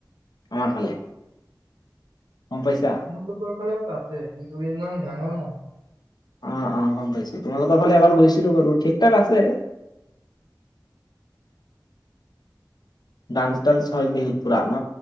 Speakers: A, on the left; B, on the right.
A: আমাৰ ফালে গম পাইছা
B: আমাৰলোকৰ ফালেও পাতে কিন্তু ইমান ডাঙৰ নহয় অঁ
A: অঁ অঁ গম গৈছো তোমালোকৰ ফালে এবাৰ গৈছিলো বাৰু ঠিক ঠাক আছে ডান্স চান্স হয় বিহুত পুৰা ন